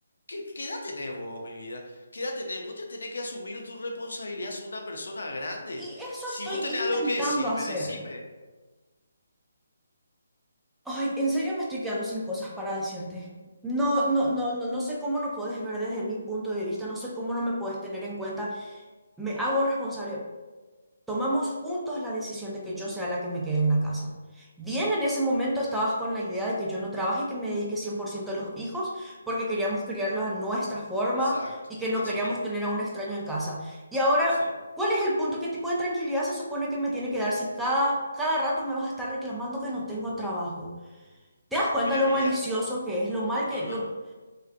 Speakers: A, on the left; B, in the centre.
A: ¿Qué, qué edad tenés vos, mi vida? ¿Qué edad tenés? Vos ya tenés que asumir tu responsabilidad, sos una persona grande.
B: y eso
A: Si
B: estoy
A: vos tenés
B: intentando
A: algo que decirme,
B: hacer.
A: decime.
B: Ay, en serio me estoy quedando sin cosas para decirte. No, no, no, no, no sé cómo no puedes ver desde mi punto de vista, no sé cómo no me puedes tener en cuenta. Me hago responsable. Tomamos juntos la decisión de que yo sea la que me quede en la casa. Bien, en ese momento estabas con la idea de que yo no trabaje y que me dedique 100% a los hijos porque queríamos criarlos a nuestra forma
A: Exacto,
B: y que no
A: así
B: queríamos
A: mismo.
B: tener a un extraño en casa. Y ahora,
A: Sí.
B: ¿cuál es el punto? ¿Qué tipo de tranquilidad se supone que me tiene que dar si cada, cada rato me vas a estar reclamando que no tengo trabajo? ¿Te das cuenta
A: Mira,
B: lo
A: mi
B: malicioso
A: vida.
B: que es, lo mal que...
A: No, no,
B: Lo...
A: no.